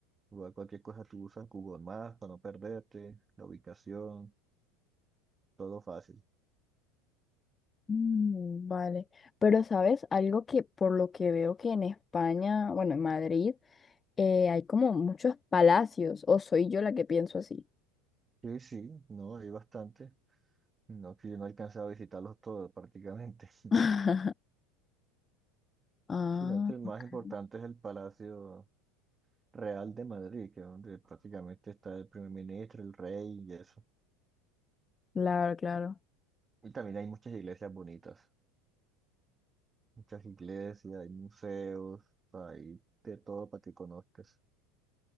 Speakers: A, on the right; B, on the left.
A: Igual cualquier cosa tú usas Google Maps para no perderte, la ubicación, todo fácil.
B: mm, vale. Pero, ¿sabes? Algo que por lo que veo que en España, bueno, en Madrid, eh, hay como muchos palacios. ¿O soy yo la que pienso así?
A: Sí, sí, no, hay bastante. No, que yo no he alcanzado a visitarlos todos prácticamente, <laughs>
B: <laughs> Ah,
A: sino que el más
B: ok.
A: importante es el Palacio Real de Madrid, que es donde prácticamente está el primer ministro, el rey y eso.
B: Claro, claro.
A: Y también hay muchas iglesias bonitas, muchas iglesias, hay museos, hay de todo para que conozcas.